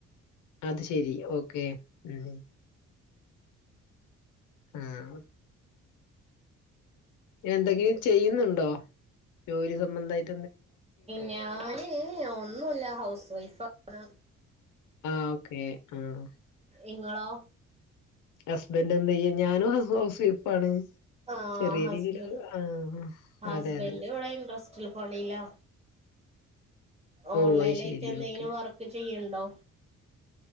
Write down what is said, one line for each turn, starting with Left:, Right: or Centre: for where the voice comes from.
Left: അത് ശെരി ഓക്കെ ഉം ആഹ് എന്തെങ്കിലും ചെയ്യുന്നുണ്ടോ ജോലി സംബന്ധമായിട്ട്?
Right: ഞാന് ഒന്നുല്ല ഹൗസ് വൈഫാണ്
Left: ആഹ് ഓക്കെ ആഹ്
Right: ഇങ്ങളോ
Left: ഹസ്ബൻഡ് എന്ത്‌ ചെയ്യാ ഞാനും ഹൗസ് വൈഫാണ്
Right: ആഹ്
Left: ചെറിയ
Right: ഹസ്ബ
Left: രീതിൽ ആഹ്
Right: ഹസ്ബൻഡ്
Left: അതെ അതെ
Right: ഇവിടെ ഇൻറസ് എനിക്ക് പണില്ല ഓൺലൈലായിട്ട്
Left: ഓ അത് ശരി
Right: എന്തെങ്കിലും
Left: ഓക്കെ
Right: വർക്ക് ചെയ്യണ്ടോ